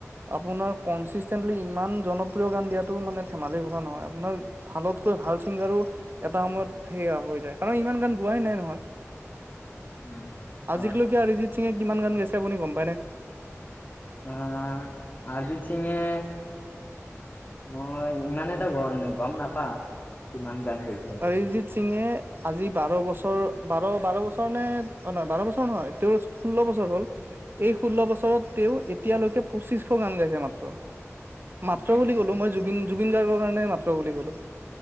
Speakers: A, on the right; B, on the left.
A: আপোনাৰ কনচিষ্টেটলি ইমান জনপ্ৰিয় গান দিয়াতটো মানে ধেমালিৰ কথা নহয় আপোনাৰ ভালকৈ ভাল চিংগাৰো এটা সময়ত সেইয়া হৈ যায় কাৰণ ইমান গান গোৱাহে নাই নহয়।
B: উম হয়।
A: আজিলৈকে অৰিজিত কিমান গান গাইছে আপুনি গম পাই নে?
B: অ' আজি চিঙে, মই ইমান এটা গম নাপাও। কিমান গান গৈছে।
A: অৰিজিত সিঙে আজি বাৰ বছৰ বাৰ বাৰ বছৰ নে অ' নহয় বাৰ বছৰ নহয় তেওঁ ষোল্ল বছৰ হ'ল। এই ষোল্ল বছৰত তেওঁ এতিয়ালৈকে পঁচিশশ গান গাইছে মাত্ৰ।
B: উম
A: মাত্ৰ বুলি ক'লো মই জুবিন জুবিন গাৰ্গৰ কাৰণে মাত্ৰ বুলি ক'লো।